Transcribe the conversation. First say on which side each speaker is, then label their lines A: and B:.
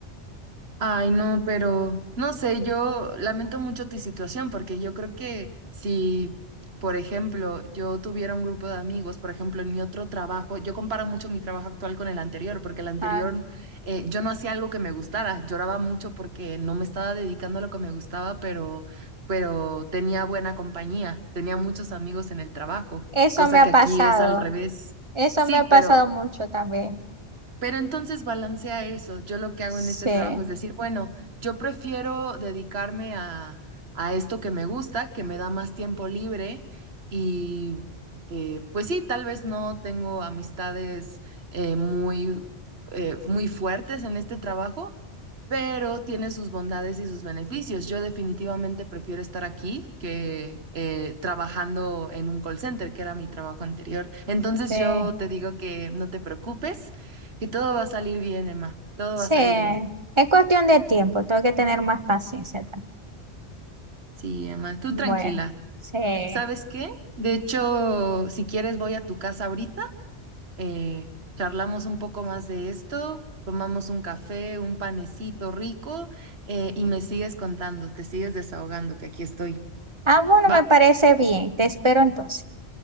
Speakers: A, on the right; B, on the right.
A: Ay, no, pero no sé, yo lamento mucho tu situación porque yo creo que si, por ejemplo, yo tuviera un grupo de amigos, por ejemplo, en mi otro trabajo, yo comparo mucho mi trabajo actual con el anterior, porque el anterior
B: Ah,
A: eh, yo no hacía algo que me gustara, lloraba mucho porque no me estaba dedicando a lo que me gustaba, pero, pero tenía buena compañía, tenía muchos amigos en el trabajo,
B: eso
A: cosa
B: me ha
A: que aquí
B: pasado,
A: es al revés.
B: eso
A: Sí,
B: me ha
A: pero...
B: pasado mucho también.
A: Pero entonces balancea eso. Yo lo que hago
B: Sí,
A: en este trabajo es decir, bueno, yo prefiero dedicarme a, a esto que me gusta, que me da más tiempo libre y eh, pues sí, tal vez no tengo amistades eh, muy, eh, muy fuertes en este trabajo, pero tiene sus bondades y sus beneficios. Yo definitivamente prefiero estar aquí que eh, trabajando en un call center, que era mi trabajo anterior. Entonces
B: Sí.
A: yo te digo que no te preocupes, que todo va a salir bien, Emma. Todo
B: sí,
A: va a salir bien.
B: es cuestión de tiempo, tengo que tener más paciencia también.
A: Sí, Emma, tú
B: Bueno,
A: tranquila.
B: sí.
A: ¿Sabes qué? De hecho, si quieres voy a tu casa ahorita, eh, charlamos un poco más de esto. Tomamos un café, un panecito rico eh, y me sigues contando, te sigues desahogando, que aquí estoy.
B: Ah, bueno,
A: ¿Va?
B: me parece bien, te espero entonces.